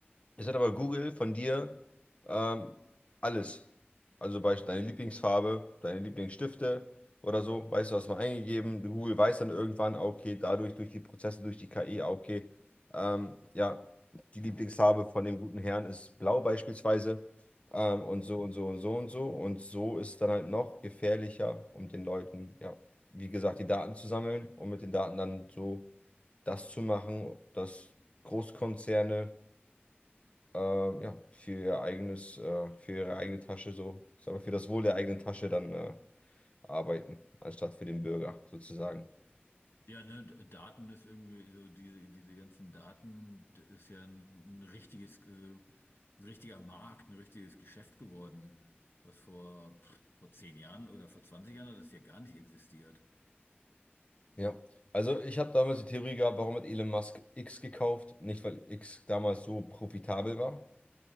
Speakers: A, on the left; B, on the left.
A: Jetzt hat aber Google von dir ähm, alles. Also beispielsweise deine Lieblingsfarbe, deine Lieblingsstifte oder so. Weißt du, hast mal eingegeben. Google weiß dann irgendwann, ah, okay, dadurch, durch die Prozesse, durch die KI, okay, ähm, ja, die Lieblingsfarbe von dem guten Herrn ist blau beispielsweise. Ähm, und so und so und so und so. Und so ist es dann halt noch gefährlicher, um den Leuten, ja, wie gesagt, die Daten zu sammeln und mit den Daten dann so das zu machen, dass Großkonzerne ähm, ja, für ihr eigenes, äh, für ihre eigene Tasche so, ich sag mal, für das Wohl der eigenen Tasche dann äh, arbeiten, anstatt für den Bürger sozusagen.
B: Ja, ne, D- Daten ist irgendwie so, diese, diese ganzen Daten d- ist ja ein, ein richtiges, äh, ein richtiger Markt, ein richtiges Geschäft geworden, was vor, pff, vor zehn Jahren oder vor 20 Jahren hat das ja gar nicht existiert.
A: Ja, also ich habe damals die Theorie gehabt, warum hat Elon Musk X gekauft? Nicht, weil X damals so profitabel war,